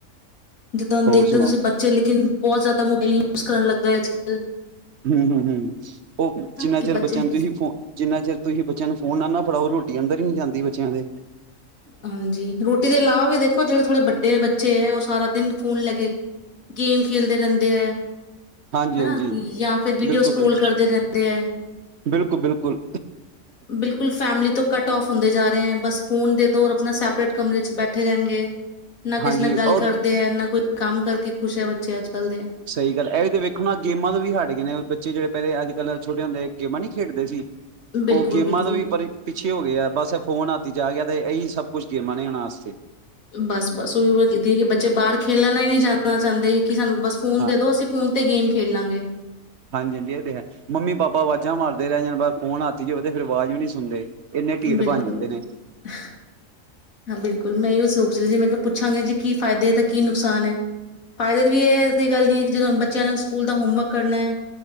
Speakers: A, on the left (about 80°); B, on the right (about 60°).
A: ਜਿੱਦਾਂ
B: ਹੋਰ
A: ਦੇਖਦੇ
B: ਸੁਣਾਓ
A: ਹੋ ਤੁਸੀਂ ਬੱਚੇ ਲੇਕਿਨ ਬਹੁਤ ਜ਼ਿਆਦਾ ਮੋਬਾਈਲ ਕੁ ਕਰਨ ਲੱਗਾ ਅੱਜ, ਕੱਲ੍ਹ
B: ਹੂੰ, ਹੂੰ, ਹੂੰ। ਉਹ ਜਿੰਨਾ
A: ਕਿ
B: ਚਿਰ
A: ਬੱਚੇ
B: ਬੱਚਿਆਂ ਨੂੰ ਤੁਸੀਂ ਫੋ ਜਿੰਨਾ ਚਿਰ ਤੁਸੀਂ ਬੱਚਿਆਂ ਨੂੰ ਫੋਨ ਆਨਾ ਫੜਓ ਰੋਟੀ ਅੰਦਰ ਹੀ ਨਹੀਂ ਜਾਂਦੀ ਬੱਚਿਆਂ ਦੇ
A: ਹਾਂਜੀ। ਰੋਟੀ ਦੇ ਇਲਾਵਾ ਵੀ ਦੇਖੋ ਜਿਹੜੇ ਥੋੜੇ ਵੱਡੇ ਬੱਚੇ ਹੈ ਉਹ ਸਾਰਾ ਦਿਨ ਫ਼ੋਨ ਲੈ ਕੇ ਗੇਮ ਖੇਲਦੇ ਰਹਿੰਦੇ ਹੈ।
B: ਹਾਂਜੀ
A: ਹਨਾ
B: ਹਾਂਜੀ
A: ਜਾਂ ਫਿਰ ਵੀਡੀਓ
B: ਬਿਲਕੁਲ
A: ਸਕਰੋਲ
B: ਬਿਲਕੁਲ
A: ਕਰਦੇ ਰਹਿੰਦੇ ਹੈ।
B: ਬਿਲਕੁਲ ਬਿਲਕੁਲ
A: ਬਿਲਕੁਲ ਫੈਮਲੀ ਤੋਂ ਘੱਟ ਟਫ ਹੁੰਦੇ ਜਾ ਰਹੇ ਹੈ। ਬਸ ਫੋਨ ਦੇ ਦੋਰ ਆਪਣਾ ਸੈਪਰੇਟ ਕਮਰੇ ਚ ਬੈਠੇ ਰਹਿਣਗੇ ਨਾ ਕਿਸੇ
B: ਹਾਂਜੀ
A: ਨਾਲ ਗੱਲ
B: ਉਹ
A: ਕਰਦੇ ਹੈ। ਨਾ ਕੋਈ ਕੰਮ ਕਰਕੇ ਖੁਸ਼ ਹੈ। ਬੱਚਿਆਂ ਅੱਜ ਕੱਲ ਦੇ
B: ਸਹੀ ਗੱਲ ਇਹ ਤੇ ਵੇਖੋ ਨਾ ਗੇਮਾਂ ਤੋਂ ਵੀ ਹਟ ਗਏ ਨੇ ਬੱਚੇ ਜਿਹੜੇ ਪਹਿਲੇ ਅੱਜ, ਕੱਲ੍ਹ ਛੋਟੇ ਹੁੰਦੇ ਗੇਮਾਂ ਨੀ ਖੇਡਦੇ ਸੀ
A: ਬਿਲਕੁਲ
B: ਉਹ ਗੇਮਾਂ
A: ਬਿਲਕੁਲ
B: ਤੋਂ ਵੀ ਪਰ ਪਿੱਛੇ ਹੋ ਗਏ ਆ ਬਸ ਫੋਨ ਹਥ ਜਾ ਗਿਆ ਇਹੀ ਸਭ ਕੁਝ ਗੇਮਾਂ ਨੇ ਉਹਨਾਂ ਵਾਸਤੇ
A: ਬਸ, ਬਸ ਉਹੀ ਉਮਰਦੀ ਹੈ ਕਿ ਬੱਚੇ ਬਾਹਰ ਖੇਲਣਾ ਹੀ ਨੀ ਜਾਨਾ ਚਾਹੁੰਦੇ ਸੀ ਸਾਨੂੰ ਬਸ ਫੋਨ
B: ਹਾਂ
A: ਦੇ ਦੋ ਅਸੀਂ ਫ਼ੋਨ ਤੇ ਗੇਮ ਖੇਲਾਂਗੇ
B: ਹਾਂਜੀ ਹਾਂਜੀ ਇਹ ਤੇ ਹੈ ਮੰਮੀ ਪਾਪਾ ਆਵਾਜ਼ਾਂ ਮਾਰਦੇ ਰਹਿ ਜਾਣ ਬਸ ਫੋਨ ਹੱਥ ਜਓ ਫਿਰ ਆਵਾਜ਼ ਵੀ ਨਹੀਂ ਸੁਣਦੇ ਇੰਨੇ ਢੀਠ
A: ਬਿਲਕੁਲ
B: ਬਣ ਜਾਂਦੇ
A: ਬਿਲਕੁਲ
B: ਨੇ
A: ਹਾਂ ਬਿਲਕੁਲ ਮੈਂ ਏਹੀ ਸੋ ਚਦੀ ਮੈਂ ਕਿਹਾ ਪੁੱਛਾਂਗੇ ਜੀ ਕੀ ਫਾਇਦੇ ਦਾ ਕੀ ਨੁਕਸਾਨ ਹੈ। ਫਾਇਦੇ ਦੀ ਵੀ ਇਹ ਐ ਗੱਲ ਨੀ ਹੈ ਕਿ ਜਦੋਂ ਹੁਣ ਬੱਚਿਆਂ ਨੂੰ ਸਕੂਲ ਦਾ ਹੋਮਵਰਕ ਕਰਨਾ ਹੈ।